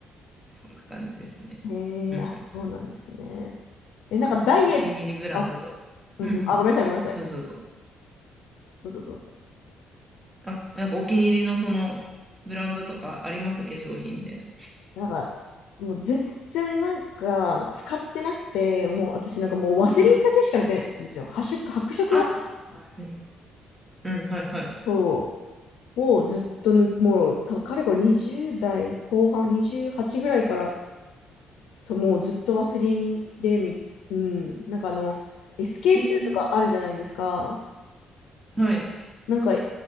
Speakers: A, on the right (about 15°); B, on the left (about 85°).
A: 本当そんな感じですね。
B: へえ、
A: うん
B: あ、そうなんですね。え、なんかダイエット、
A: お気に入りブランドとか。
B: あ、うんうん、
A: うんうん。
B: あ、ごめんなさい、ごめんなさい。
A: そうそうそう。
B: どうぞどうぞ。
A: あ、なんかお気に入りのそのブランドとかあります化粧品で。
B: なんか、もう全然なんか使ってなくて、もう私なんかもうワセリンだけしか塗ってないんですよ。
A: うん
B: 発色、白色は、
A: あ、あ、すみません。うん、はいはい。
B: そう、もうずっと塗、もう多分かれこれ20代後半、28ぐらいから、そう、もうずっとワセリンでみ、うん、なんかあの、SK2
A: えー、
B: とかあるじゃないですか。
A: はい。
B: なんか